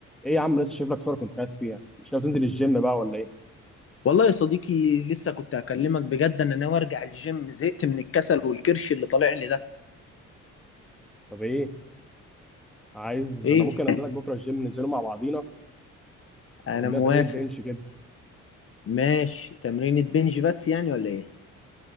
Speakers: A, in the centre; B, on the left (about 45°).
A: ايه يا عم لسه شايف لك صوره كنت خايف فيها مش ناوي تنزل الجيم بقى ولا ايه
B: والله يا صديقي لسه كنت اكلمك بجد انا ناوي ارجع الجيم زهقت من الكسل والكرش اللي طالع لي ده
A: طب ايه عايز
B: ايه
A: انا ممكن انزلك بكره الجيم ننزله مع بعضينا
B: <laughs> انا
A: تاخد لنا
B: موافق
A: تمرين بنش كده
B: ماشي تمرينة بنج بس يعني ولا ايه